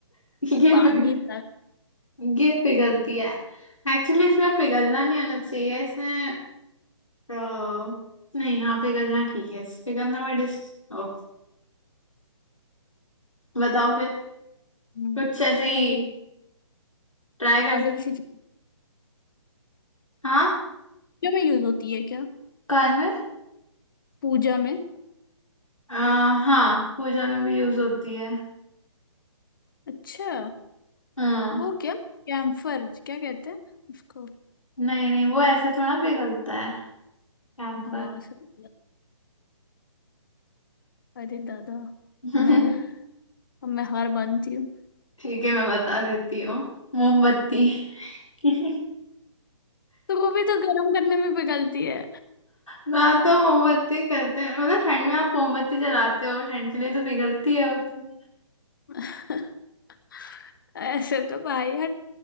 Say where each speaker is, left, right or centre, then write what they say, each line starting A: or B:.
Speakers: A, on the left (about 80°); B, on the left (about 40°).
A: ये
B: पानी
A: पिघल
B: तक
A: ये पिघलती है एक्चुअली इसमें पिघलना नहीं होना चाहिए इसमें अ, नहीं हाँ पिघलना ठीक है पिघलना वर्ड इस ओ, बताओ फिर
B: हम्म,
A: कुछ ऐसे ही
B: ये
A: ट्राई कर
B: पागल
A: सकते
B: सी चीज
A: हाँ
B: पूजा में यूज होती है क्या
A: काय में
B: पूजा में
A: आ, हाँ पूजा में भी यूज होती है
B: अच्छा
A: हाँ
B: वो क्या कैम्फर क्या कहते हैं उसको
A: नहीं नहीं वो ऐसे थोड़ा पिघलता है कैंपर
B: हाँ सब अरे दादा
A: <laughs>
B: मैं अब मैं हार मानती हूँ
A: ठीक है मैं बता देती हूँ मोमबत्ती <laughs>
B: तो वो भी तो गर्म करने में पिघलती है
A: ना तो मोमबत्ती करते हैं मतलब ठंड में आप मोमबत्ती जलाते हो ठंड के लिए तो पिघलती है वो तो
B: <laughs> ऐसे तो भाई हट